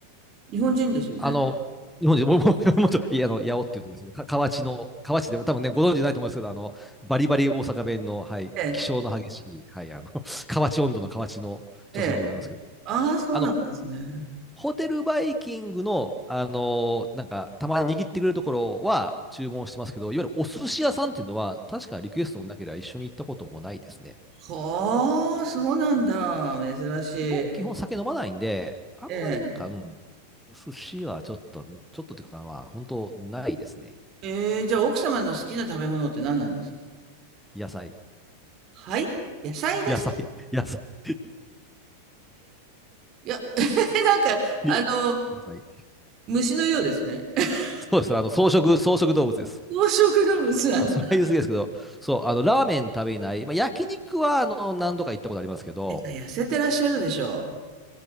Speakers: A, on the right (about 35°); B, in the centre.
A: 日本人ですよね。
B: あの、日本人、もう、もう、もうちょっと、いや、あの、八尾っていうところですけど、か河内の、河内でも多分ね、ご存知ないと思いますけど、あの、バリバリ大阪弁の、はい、
A: ええ、
B: 気性の激しい、はい、あの、河内温度の河内の女性でございますけど、
A: ええ、ああ、そうなんですね。
B: あの、ホテルバイキングの、あのーなんか、たまに握ってくれるところは注文してますけど、いわゆるお寿司屋さんっていうのは、確かリクエストもなければ一緒に行ったこともないですね。
A: はあ、そうなんだ。珍しい。
B: 基本、
A: え
B: 基本酒飲まないんで、あんまりなんか、
A: え。
B: うん、寿司はちょっと、ちょっとというか、まあ、本当ないですね。
A: ええ、じゃあ奥様の好きな食べ物って何なんですか
B: 野菜。
A: はい野菜ですか
B: 野菜。<laughs> 野菜。
A: いや、<laughs> なんか、あの、
B: 野菜。
A: 虫のようですね。<laughs>
B: そうです。あの、草食、草食動物です。
A: 草食の虫なんだ。
B: まあ、それは言い過ぎですけど、そう、あの、ラーメン食べない。まあ、焼肉は、あの、何度か行ったことありますけど、
A: えっと、痩せてらっしゃるでしょ